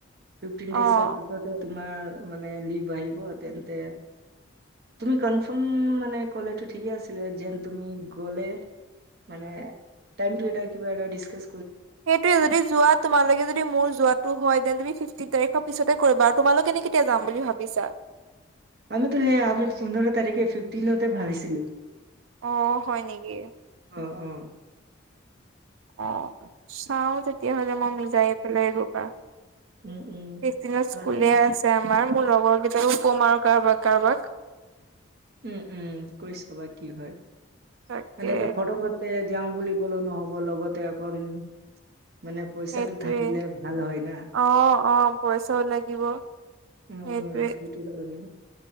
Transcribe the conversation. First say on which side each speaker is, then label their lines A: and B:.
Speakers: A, on the right (about 50°); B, on the right (about 80°).
A: ফিফটিন ডেইছ
B: অ'।
A: অৰ পিছতে এইটো, তোমাৰ মানে লিভ আহিব তেন্তে তুমি কমফম মানে ক'লেটো ঠিকে আছিলে যেন তুমি গ'লে মানে টাইম টো এতিয়া কিবা এটা দিছকাছ
B: সেইটোয়ে যদি যোৱা তোমালোকে যদি মোৰ যোৱাটো হয় দেন তুমি তিনি তাৰিখৰ পিছতে কৰিবা আৰু তোমালোক এনে কেতিয়া যাম বুলি ভাবিছা?
A: আমিতো সে আমিত পোন্ধৰ তাৰিখে ফিফটিনতে ভাবিছিলো।
B: অ হয় নেকি?
A: উ অ
B: অ চাও তেতিয়াহলে মই মিজাই পেলাই ৰবা
A: উম উম
B: পিছদিনত স্কুলে
A: আৰু-
B: আছে আমাৰ মোৰ লগৰ কেইটাকো কম আৰু কাৰবাক কাৰবাক
A: উম উম কৈ ছাবা কি হয়
B: তাকে
A: মানে এতিয়া ফটগটে যাওঁ বুলি ক'লেও নহ'ব লগতে একণ মানে পইচাটো
B: সেইটোৱে
A: থাকিলে ভাল হয় না।
B: অ' অ' পইচাও লাগিব
A: উম
B: সেইটোৱে
A: উম সিটোকল নাই